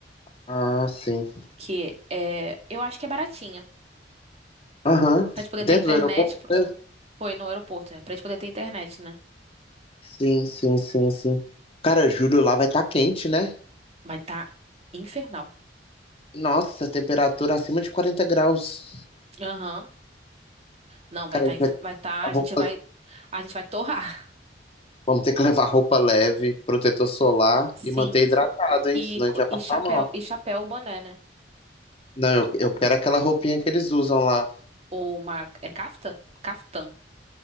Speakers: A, on the left; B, on the right.
A: Ah, sim.
B: que é, eu acho que é baratinho.
A: Aham.
B: Pra gente poder
A: Dentro
B: ter internet,
A: do aeroporto? né?
B: foi no aeroporto, né? Pra gente poder ter internet, né?
A: Sim, sim, sim, sim. Cara, julho lá vai estar quente, né?
B: Vai tá infernal.
A: Nossa, temperatura acima de 40 graus.
B: Aham. Não, vai
A: Cara,
B: tá,
A: a gente
B: inf-
A: vai ter que
B: vai tá,
A: levar
B: a gente
A: roupas-
B: vai a gente vai torrar.
A: vamos ter que levar roupa leve, protetor solar
B: <laughs> Sim.
A: e manter hidratado, hein?
B: E,
A: Senão
B: co-
A: a gente vai passar
B: e chapéu,
A: mal.
B: e chapéu, boné, né?
A: Não, eu, eu quero aquela roupinha que eles usam lá.
B: Ou uma. É Kafta? Kaftan.